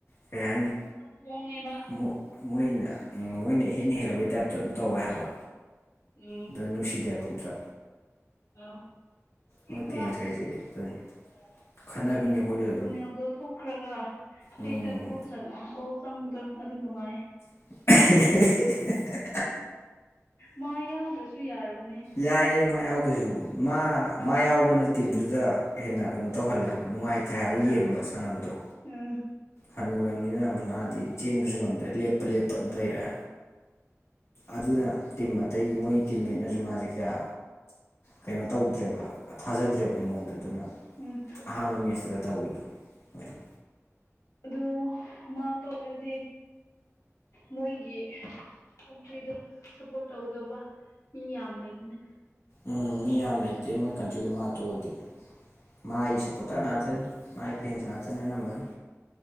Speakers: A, on the left; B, on the left.
A: ꯀꯩ ꯍꯥꯏꯅꯤ
B: <unintelligible> ꯉꯦꯕ
A: ꯑꯃꯨꯛ ꯃꯣꯏꯅ ꯑ ꯃꯣꯏꯅ ꯏꯍꯦꯟꯅ ꯍꯦꯜꯂꯕꯩ ꯇꯥꯏꯞꯇ ꯑꯗꯨꯝ ꯇꯧꯋꯦ ꯍꯥꯏꯕ
B: ꯎꯝ
A: ꯑꯗꯨ ꯅꯨꯡꯁꯤꯗꯦ ꯍꯥꯏꯕ ꯑꯝꯇ
B: ꯑꯥ ꯍꯦꯛꯇ
A: ꯃꯣꯏ ꯄꯦꯟꯁ ꯈꯩꯁꯦ ꯑꯗꯨꯅꯤ ꯈꯠꯅꯕꯤꯅꯦ ꯑꯩꯈꯣꯏꯒ ꯑꯗꯨꯝ
B: <unintelligible> ꯊꯣꯛ ꯈ꯭ꯔꯒ
A: ꯎꯝ
B: ꯍꯦꯛꯇ ꯒꯣꯜ ꯆꯟ ꯒꯣꯜ ꯆꯪꯕꯗꯣ ꯑꯗꯨ ꯅꯨꯡꯉꯥꯏꯌꯦ
A: <unintelligible>
B: ꯃꯥ ꯌꯥꯎꯗ꯭ꯔꯁꯨ ꯌꯥꯔꯕꯅꯦ
A: ꯌꯥꯏꯌꯦ ꯃꯥ ꯌꯥꯎꯗ꯭ꯔꯁꯨ ꯃꯥ
B: ꯑ
A: ꯃꯥ ꯌꯥꯎꯕꯅꯠ__ ꯇꯤꯝꯗꯨꯗ ꯍꯦꯟꯅ ꯀꯩꯅꯣ ꯇꯧꯍꯜꯂꯦ ꯍꯥꯏꯕ ꯅꯨꯡꯉꯥꯏꯇ꯭ꯔꯦ ꯍꯥꯏꯕ ꯌꯦꯡꯕ ꯁꯥꯟꯅꯕꯗꯣ
B: ꯎꯝ
A: ꯍꯅꯨꯔꯝꯅꯤꯅ ꯉꯥꯗꯤ ꯆꯦꯟꯕꯁꯨ ꯉꯝꯗ꯭ꯔꯦ ꯂꯦꯞꯄ ꯂꯦꯞꯄ ꯑꯗꯨꯝ ꯂꯩꯔꯦ ꯑꯗꯨꯅ ꯇꯤꯝ ꯑꯇꯩ ꯃꯣꯏ ꯇꯤꯝꯒꯩꯅꯖꯨ ꯃꯥꯖꯦ ꯀꯌꯥ ꯀꯩꯅꯣ ꯇꯧꯗ꯭ꯔꯦꯕ ꯑ ꯊꯥꯖꯗ꯭ꯔꯦꯕ ꯃꯉꯣꯟꯗ ꯑꯗꯨꯅ
B: ꯎꯝ
A: ꯑꯍꯥꯟꯕ ꯃꯦꯠꯁꯇꯒ ꯇꯧꯔꯤꯗꯣ ꯃꯣꯏꯅ
B: ꯑꯗꯨ ꯃꯥ ꯇꯣꯛꯔꯗꯤ ꯃꯣꯏꯒꯤ ꯀꯟꯇ꯭ꯔꯤꯗꯣ ꯁꯞꯄꯣꯔꯠ ꯇꯧꯒꯗꯧꯕ ꯃꯤ ꯌꯥꯝ ꯂꯩꯕꯅꯦ
A: ꯎꯝ ꯃꯤ ꯌꯥꯝ ꯂꯩꯇꯦ ꯃꯣꯏ ꯀꯟꯇ꯭ꯔꯤꯗ ꯃꯥ ꯇꯣꯛꯑꯗꯤ ꯃꯥꯏ ꯁꯞꯄꯣꯔꯇꯔ ꯉꯥꯛꯇꯅꯤ ꯃꯥꯏ ꯐꯦꯟꯁ ꯉꯥꯇꯅꯤ ꯑꯅꯝꯕꯅ